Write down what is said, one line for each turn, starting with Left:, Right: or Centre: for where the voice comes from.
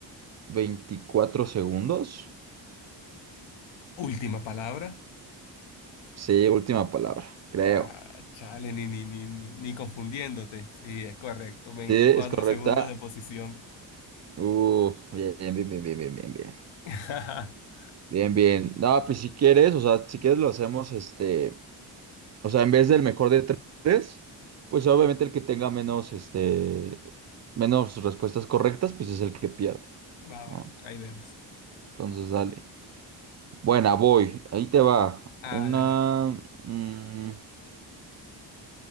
Right: 24 segundos.
Left: Última palabra.
Right: Sí, última palabra, creo.
Left: Ah, chale, ni, ni, ni, ni, ni confundiéndote. Sí, es correcto. veinticuatro
Right: Sí, es correcta.
Left: segundos de posición.
Right: Uh, bien, bien, bien, bien, bien, bien, bien.
Left: <laughs>
Right: Bien, bien. No, pues si quieres, o sea, si quieres lo hacemos, este. O sea, en vez del mejor de tres, pues obviamente el que tenga menos, este, menos respuestas correctas, pues es el que pierde,
Left: Va,
Right: ¿no?
Left: va, ahí vemos.
Right: Entonces, dale. Buena, voy. Ahí te va.
Left: Hágale.
Right: Una, mm,